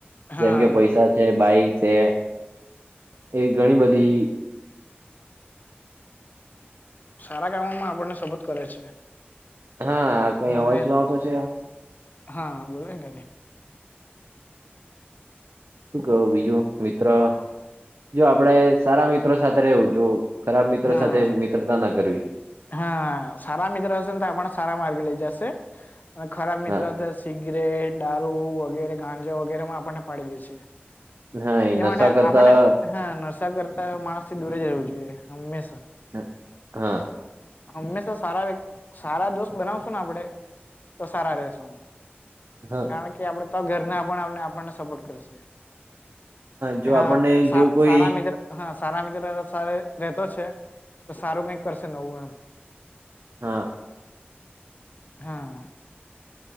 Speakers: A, on the left; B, on the right.
A: હા
B: જેમ કે પૈસા છે બાઈક છે એ ઘણી બધી
A: સારા કામોમાં આપણને શબત કરે છે.
B: હા કઈ
A: હા
B: અવાજ
A: એમ
B: શું આવતો છે?
A: હા બોલો ક
B: શું કેવો બીજુ મિત્ર જો આપડે સારા મિત્રો સાથે રહેવું જો ખરાબ મિત્ર
A: હા
B: સાથે મિત્રતા ના કરવી
A: હા સારા મિત્ર હશેને તો આપણ સારા માર્ગ લઈ જશે અને ખરાબ મિત્ર
B: હા,
A: હતા સિગરેટ દારૂ વગેરે ગાંજા વગેરેમા આપણને પાડી દે છે.
B: હા
A: એ
B: નશા
A: માટે
B: કરતા
A: આપણે હા નરશા કરતા માણસથી દૂરે જવું જોઈએ હંમેશા
B: હ હા
A: હંમેશા સારા વ સારા દોસ્ત બનાવશું ને આપણેે તો સારા રશુ
B: હા
A: કારણ કે આપડે તો ઘરના આપણને સપોર્ટ કરશે કે
B: જો
A: હા
B: આપણને જો કોઈ
A: સારા મિત્ર હા સારા મિત્ર સ રતો છે, તો સારુ કઈક કરશે નવુ એમ
B: હા
A: હા